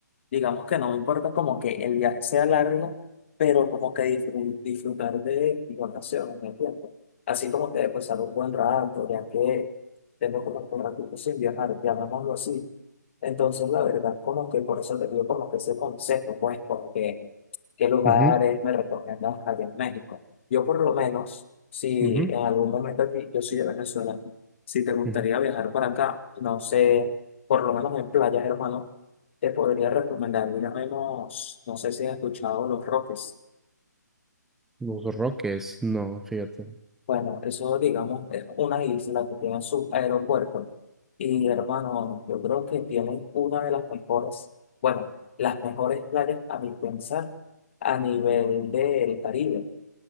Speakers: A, on the left; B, in the centre.
A: digamos que no me importa como que el viaje sea largo, pero como que disfru- disfrutar de mis vacaciones, ¿me entiendes? Así como que pasar un buen rato, ya que tengo como que un ratito sin viajar, llamémoslo así. Entonces, la verdad, como que por eso te digo como que ese consejo, pues, porque qué lugares
B: Ujú,
A: me recomiendas allá en México. Yo por lo menos, si
B: ujú,
A: en algún momento aquí, yo soy de Venezuela, si te gustaría
B: ujú.
A: viajar para acá, no sé, por lo menos en playas, hermano te podría recomendar, mira menos, no sé si has escuchado Los Roques.
B: Los Roques, no, fíjate.
A: Bueno, eso digamos es una isla que tiene su aeropuerto. Y hermano, yo creo que tienen una de las mejores, bueno, las mejores playas a mi pensar a nivel del Caribe. O